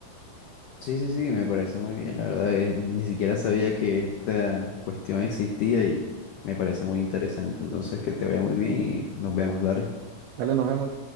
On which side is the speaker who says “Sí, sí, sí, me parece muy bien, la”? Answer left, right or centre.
Left